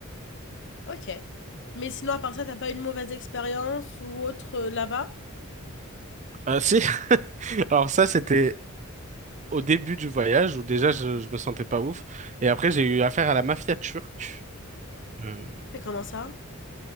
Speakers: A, on the left; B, on the right.
A: OK. Mais sinon à part ça, t'as pas une mauvaise expérience ou autre, heu, là-bas?
B: Euh, si, <laughs> alors ça, c'était au début du voyage où déjà je, je me sentais pas ouf. Et après, j'ai eu affaire à la mafia turque. Euh,
A: Mais comment ça?